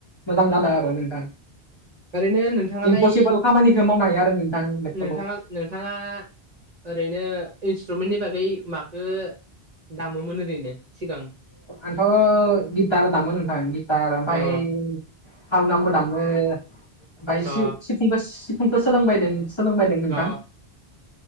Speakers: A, on the left; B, on the right.
A: मोजां जादों आरो नोंथां
B: ओरैनो नोंथाङालाय
A: इमपसिबोल खामानिखौ मावनो हायो आरो नोंथां लेपटपाव
B: नोंथाङा ओरैनो सट्रुमेन्टनि बागै माखो दामोमोन ओरैनो सिगां?
A: आंथ' गिटार दामोन नोंथां गिटार ओमफफ्राय
B: अ
A: हावाम खालामो माय
B: अ
A: सिफुं सिफुंखौ सोलोंबायदों सोलोंबायदों नोंथां।
B: अ